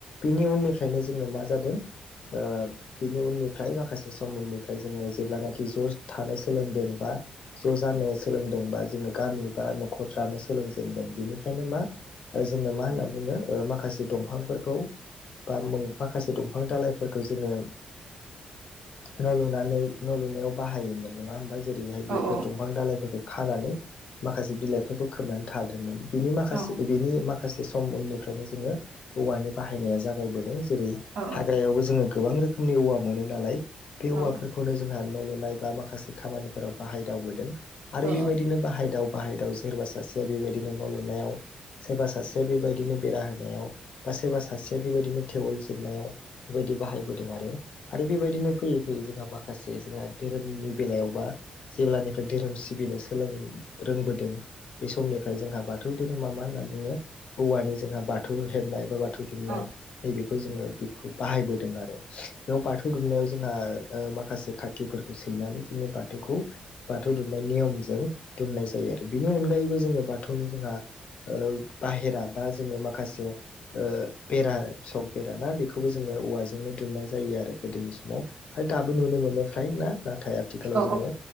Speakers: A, on the left (about 55°); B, on the right (about 80°).
A: बेनि उननिफ्रायनो जोङो मा जादों ओह बिनि उननिफ्राय माखासे सम उननिफ्राय जोङो जेब्लानाखि ज'ज थानो सोलोंदों बा ज' जानो सोलोंदों बा जोङो गामि बा न'खर जानो सोलोंजेनदों बेनिफ्रायनो मा ओ जोङो मा होनना बुङो ओह माखासे दंफांफोरखौ बा मुं माखासे दालाइफोरखौ जोङो न' लुनानै न' लुनायाव बाहायोमोन नङा होमबा जेरैहाय
B: नों
A: बेफोर दंफां दालाइफोरखौ खानानै माखासे बिलाइफोरखौ खोबनानै थादोंमोन बिनि माखासे
B: औ
A: बि बिनि माख माखासे सम उननिफ्रायनो जोङो औवानि बाहायनाया जागायबोदों जेरै
B: औ
A: हाग्रायावबो जोङो गोबां रोखोमनि औवा मोनो नालाय बे
B: औ
A: औवाफोरखौनो जोंहा न' लु नाय बा माखासे खामानिफोराव बाहायदावबोदों आरो
B: औ
A: बेबादिनो बाहायदाव बाहायदाव सोरबा सासेया बेबायदिनो न' लुनायाव सोरबा सासेया बेबायदिनो बेरा होनायाव बा सोरबा सासेया बेबायदिनो टेबोल जिरनायाव बेबायदि बाहायबोदों आरो आरो बेबायदिनो फैयै फैयै जोङा माखासे जोंहा धोरोमनि बेलायावबा जेब्लानिफ्राय धोरोम सिबिनो सोलों रों बोदों बे समनिफ्राय जोंहा बाथौ धोरोमा मा होननान बुङो औवानि जोंहा बाथौ हेबनाय बा बाथौ दुमनाय
B: औ
A: नै बेखौ जोङो बेखौ बाहायबोदों आरो बेयाव बाथौ दुमनायाव जोंहा ओह माखासे खाथिफोरखौ सैनानै जों बाथौखौ बाथौ दुमनाय नियमजों दुमनाय जायो आरो बिनि अनगायैबो जोङो बाथौनि जोंहा ओह बाहेरा बा जोङो माखासे ओह बेरा सक बेरा ना बेखौबो जोङो औवाजोंनो दुमनाय जायो आरो गोदोनि समाव आरो दाबो नुनो मोनो फ्राय ना नाथाय आथिखालाव
B: औ
A: जोङो